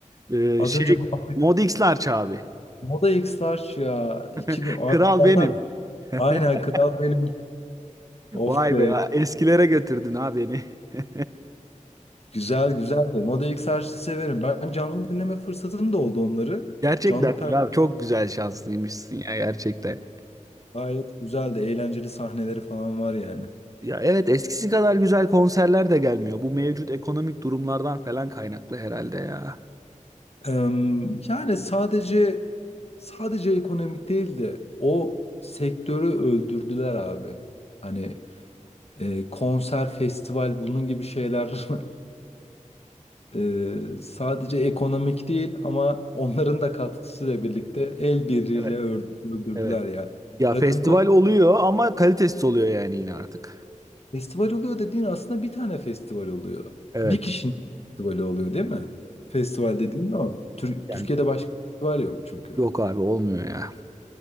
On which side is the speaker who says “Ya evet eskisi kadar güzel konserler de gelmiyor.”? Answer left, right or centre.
Right